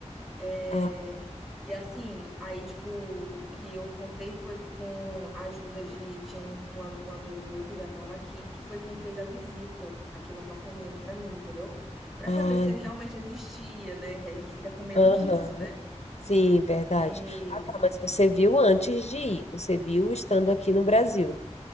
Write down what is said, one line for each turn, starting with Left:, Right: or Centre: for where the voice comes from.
Centre: É,
Left: Ah,
Centre: e assim, aí tipo, o que eu contei foi com a ajuda de, tinha um, um, a- um amigo meu que já estava aqui, que foi quem fez a visita aqui no apartamento para mim, entendeu? Para
Left: ah,
Centre: saber se realmente existia, né? Que a gente fica com medo
Left: aham.
Centre: disso, né?
Left: Sim, verdade.
Centre: E
Left: Ah, tá, mas você viu antes de ir. Você viu estando aqui no Brasil.